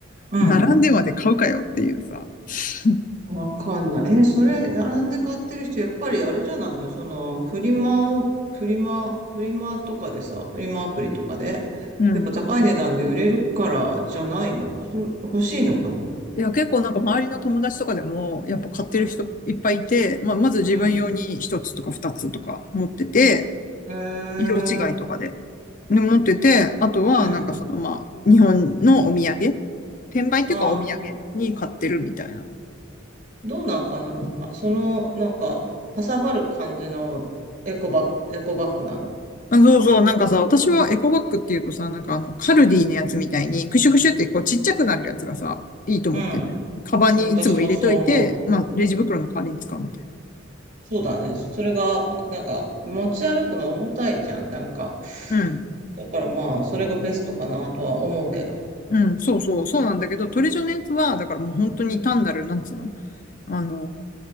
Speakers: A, on the right; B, on the left.
A: うん。
B: 並んでまで買うかよっていうさ。<laughs>
A: わかんない。え、それ、並んで買ってる人、やっぱりあれじゃないのその、フリマを、フリマ、フリマとかでさ、フリマアプリとかで、
B: うん。
A: やっぱ高い値段で売れるからじゃないのそ、欲しいのかな
B: いや、結構なんか周りの友達とかでも、やっぱ買ってる人いっぱいいて、
A: うん、
B: まあ、まず自分用に一つとか二つとか持ってて、
A: うん。へえ、
B: 色違いとかで。ね持ってて、あとはなんかそのまあ、
A: うん。
B: 日本のお土産、転売っていうかお土産に買ってるみたいな
A: ああ、どうなんかなあその、なんか、かさばる感じのエコバッグ、エコバッグなの。
B: あ、そうそう、なんかさ、私はエコバッグっていうとさ、なんかあの、カルディのやつみたいに、クシュクシュってこうちっちゃくなるやつがさ、いいと思ってんだよ。
A: うん。
B: カバンにいつも入れといて、
A: うん私もそう思う。
B: まあ、レジ袋の代わりに使うみたい
A: そうだね。それが、なんか、持ち歩くの重たいじゃん。なんか、
B: な。うん。
A: だからまあ、それがベストかなとは思うけど。
B: うん、そうそう、そうなんだけど、トレジョのやつは、だからもう本当に単なる、
A: うん。
B: なんつうのあの、